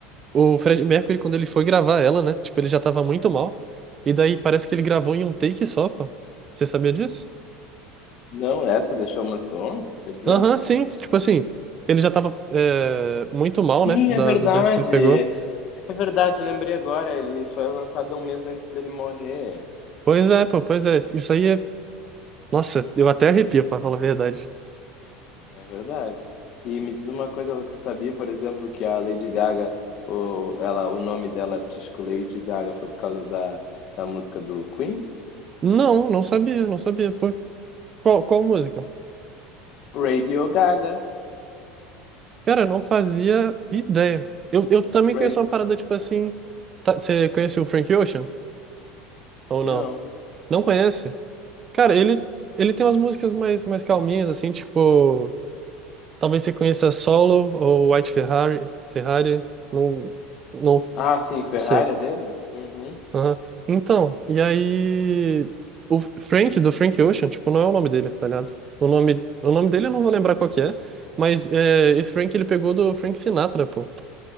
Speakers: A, on the right (about 35°); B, on the left (about 55°).
A: o Fred Mercury, quando ele foi gravar ela, né? Tipo, ele já tava muito mal. E daí parece que ele gravou em um take só, pô. Você sabia disso?
B: Não, essa deixou umas com, quer dizer?
A: Aham, sim. Tipo assim, ele já tava é, muito mal,
B: Sim,
A: né? Da,
B: é verdade.
A: da doença que ele pegou.
B: É verdade, lembrei agora, ele foi lançado um mês antes dele morrer.
A: Pois é, pô, pois é. Isso aí é. Nossa, eu até arrepio, pra falar a verdade.
B: É verdade. E me diz uma coisa, você sabia, por exemplo, que a Lady Gaga, o, ela, o nome dela artístico Lady Gaga foi por causa da, da música do Queen?
A: Não, não sabia, não sabia. Pô, qual, qual música?
B: Radio Gaga.
A: Cara, eu não fazia ideia. Eu, eu também
B: Ra-
A: conheço uma parada tipo assim. tá- você conhece o Frank Ocean? Ou
B: Não.
A: não? Não conhece? Cara, ele, ele tem umas músicas mais, mais calminhas, assim, tipo. Talvez você conheça Solo ou White Ferrari. Ferrari. Não. Não, f-
B: Ah, sim, Ferrari
A: não sei.
B: é dele? Uhum.
A: Aham. Então, e aí. O Frank, do Frank Ocean, tipo, não é o nome dele, tá ligado? O nome, o nome dele eu não vou lembrar qual que é, mas é, esse Frank ele pegou do Frank Sinatra, pô.